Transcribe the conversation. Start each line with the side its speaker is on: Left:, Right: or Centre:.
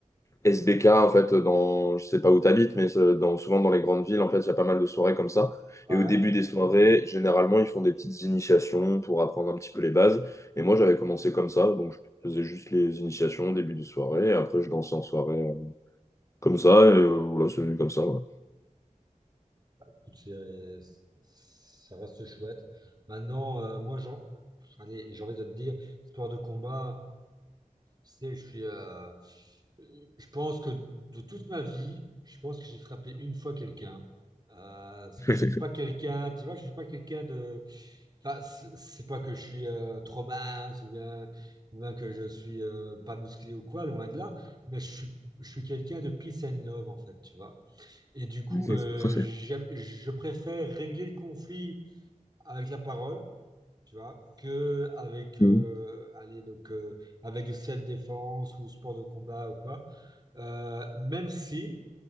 Left: SBK, en fait, dans, je sais pas où t'habites, mais euh, dans, souvent dans les grandes villes, en fait, il y a pas mal de soirées comme ça.
Right: Ouais.
Left: Et au début des soirées, généralement, ils font des petites initiations pour apprendre un petit peu les bases. Et moi, j'avais commencé comme ça, donc je faisais juste les initiations au début de soirée, et après, je dansais en soirée euh, comme ça, et euh, voilà, c'est venu comme ça. ouais.
Right: Écoute, c'est- ça reste chouette. Maintenant, euh, moi, j'en- allez, j'ai envie de te dire, sport de combat. Tu sais, je suis, euh, je pense que de toute ma vie, je pense que j'ai frappé une fois quelqu'un. Euh, parce
Left: <laughs>
Right: que je suis pas quelqu'un, tu vois, je suis pas quelqu'un de. Enfin, c- c'est pas que je suis euh, trop mince ou bien, ou bien que je suis euh, pas musclé ou quoi, loin de là. Mais je suis, je suis quelqu'un de peace and love en fait, tu vois. Et du coup,
Left: <laughs>
Right: euh,
Left: Trop
Right: j'aime- je préfère régler le conflit avec la parole tu vois, que avec,
Left: chouette.
Right: euh, allez, donc, euh, avec du self-défense ou sport de combat ou quoi. Euh, même si,